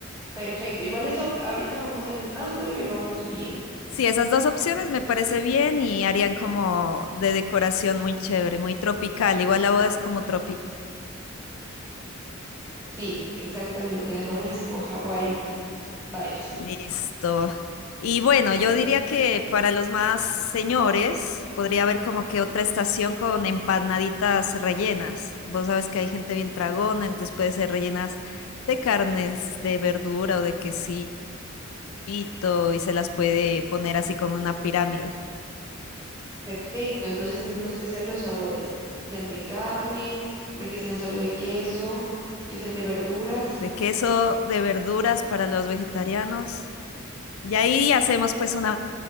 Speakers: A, on the right (about 15°); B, on the left (about 80°).
A: Perfecto, igual eso ahorita vamos anotándolo y vamos viendo.
B: Sí, esas dos opciones me parece bien y harían como de decoración muy chévere, muy tropical. Igual la boda es como tropical.
A: Sí, exactamente, ajá, es como Hawaii vibes.
B: Listo. Y bueno, yo diría que para los más señores podría haber como que otra estación con empanaditas rellenas. Vos sabes que hay gente bien tragona, entonces puede ser rellenas de carnes, de verdura o de quesito y se las puede poner así como una pirámide
A: Perfecto, entonces tenemos que hacer los sabores, que sean de carnes, una que sean solo de queso, que sean de verduras.
B: de queso, de verduras para los vegetarianos. Y ahí hacemos pues una